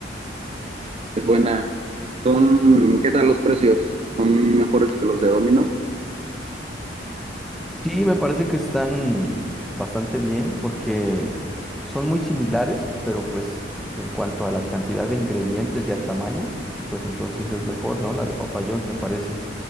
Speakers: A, on the right; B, in the centre.
A: Es buena. Son, ¿qué tal los precios? ¿Son mejores que los de Domino's?
B: Sí, me parece que están bastante bien porque son muy similares, pero pues en cuanto a la cantidad de ingredientes y al tamaño, pues entonces es mejor, ¿no? La de Papa John's me parece.